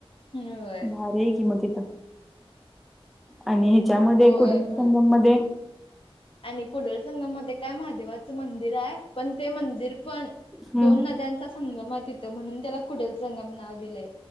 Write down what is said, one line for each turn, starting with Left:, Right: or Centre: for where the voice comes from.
Left: होय
Centre: भारीय की म तिथं. आणि हेच्यामध्ये,
Left: होय
Centre: कुडल संगम
Left: बा
Centre: मध्ये?
Left: आणि कुडल संगम मध्ये, काय महादेवाचं मंदिर य, पण ते मंदिर पण
Centre: हम्म
Left: दोन नद्यांचा, संगम य तिथं, म्हणून त्याला, कुडल संगम नाव दिलय,